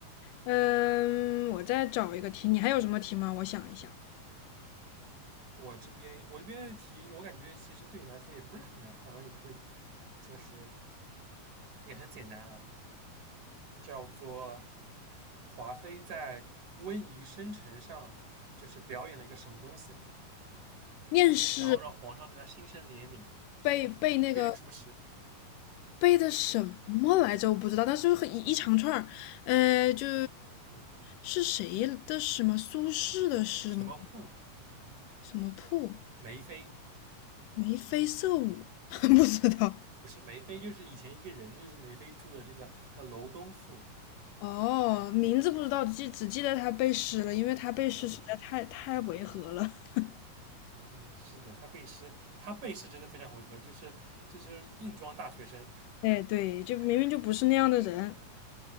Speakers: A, on the left (about 75°); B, on the right (about 60°).
A: 嗯，我再找一个题，你还有什么题吗？我想一想，
B: 我这边我这边的题，我感觉其实对你来说也不是很难，好像也可以，就是也很简单啊，叫做华妃在温宜生辰上就是表演了一个什么东西，
A: 念诗
B: 然后让皇上对她心生怜悯，
A: 背背那个
B: 背了一个什么诗？
A: 背的什么来着？我不知道，但是很一一长串儿，呃，就
B: 对，
A: 是谁的诗吗？苏轼的诗吗？
B: 什么赋？
A: 什么瀑？
B: 梅妃
A: 眉飞色舞？<laughs> 不知道。
B: 不是梅妃，就是以前一个人，就是梅妃住的这个叫楼东赋。
A: 哦，名字不知道，记只记得他背诗了，因为他背诗实在太太违和了。
B: 嗯，对，
A: <laughs>
B: 嗯嗯，是的，他背诗，他背诗真的非常违和，就是这就是硬装大学生。<laughs>
A: 哎，对，就明明就不是那样的人。